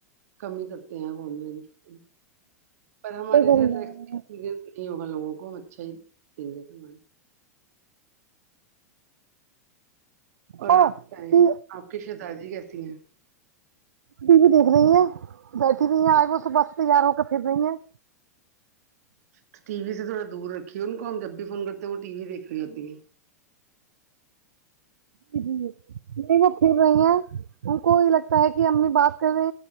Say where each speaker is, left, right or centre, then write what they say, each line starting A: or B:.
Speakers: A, on the right; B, on the right.
A: کم ہی کرتے ہیں آپ آن لائن شاپنگ پر ہمارے
B: بالکل
A: جیسا ایکسپسپریئنس نہیں ہوگا لوگوں کو ہم اچھا ہی دیں گے سامان اور
B: ہاں
A: آپ کیا ہے
B: ٹی
A: آپ کی شہزادی کیسی ہیں
B: ٹی وی دیکھ رہی ہیں بیٹھی رہی ہیں آج وہ صبح سے تیار ہو کر پھر رہی ہیں
A: تو ٹی وی سے تھوڑا دور رکھیے ان کو ہم جب بھی فون کرتے ہیں وہ ٹی وی دیکھ رہی ہوتی ہے
B: تین <inaudible> نہیں وہ پھر رہی ہیں ان کو یہ لگتا ہے کہ امی بات کرے